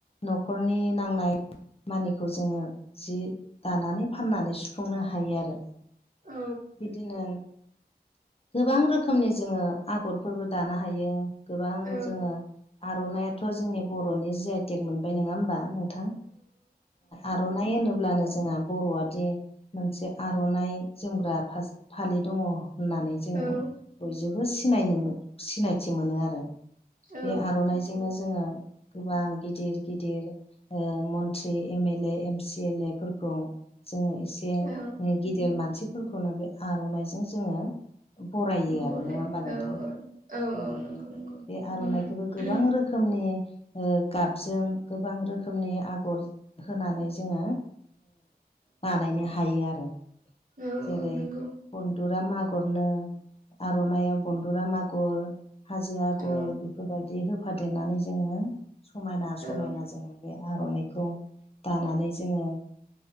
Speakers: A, on the left (about 35°); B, on the right (about 55°).
A: न'खरनि नांनाय मानिखौ जोंङो जि दानानै फाननानै सुफुंनो हायो आरो
B: औ
A: बिदिनो गोबां रोखोमनि जोंङो आगरफोरबो दानो हायो गोबां
B: औ
A: जोंङो आर'नायाथ' जोंनि बर'नि जि आइ टेक मोनबाय नङा होमबा नों थां आर'नाइ होनोब्लानो जोंहा बर'आ बिदि मोनसे आर'नाइ जोमग्रा फालि दङ होननानै जोंङो
B: औ
A: बयजोंबो सिनायनो सिनायथि मोनो आरो
B: औ
A: बे आर'नाइजोंनो जोंङो गोबां गिदिर गिदिर मन ट्रि एमेले एम सि एल ए जों एसे
B: औ
A: गिदिर मानसि खौनो बे आर'नाइजों जोंङो बरायो आरो
B: बराय
A: नंङा होमबा नोंथां
B: औ औ
A: औ
B: नंगौ नंगौ
A: बे आर'नाइखौबो
B: औ
A: गोबां रोखोम रोखोमनि गाबजों गोबां रोखोमनि आगर होनानै जोंङो बानायनो हायो आरो
B: औ
A: जेरै
B: औ नंगौ
A: बनदुरा मागरनो आर'नाइाव बनन्दुरा आगर हाजो आगर
B: औ
A: बेफोरबायदि होफादेरनानै जोंङो समायना समायना
B: औ
A: जोंङो बे आर'नाइखौ दानानै जोंङो